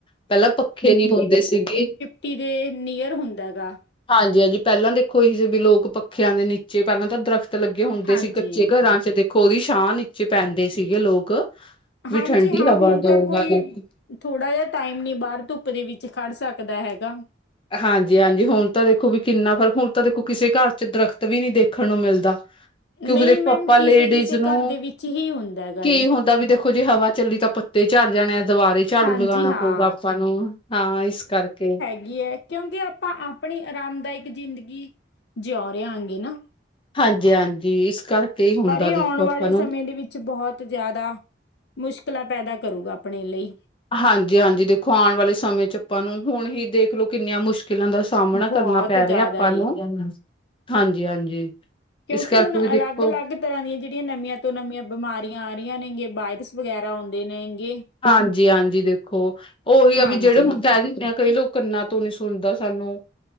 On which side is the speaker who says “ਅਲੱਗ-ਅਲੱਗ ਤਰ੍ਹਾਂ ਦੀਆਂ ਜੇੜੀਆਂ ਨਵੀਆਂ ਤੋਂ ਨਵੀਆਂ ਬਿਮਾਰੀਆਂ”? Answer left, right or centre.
Left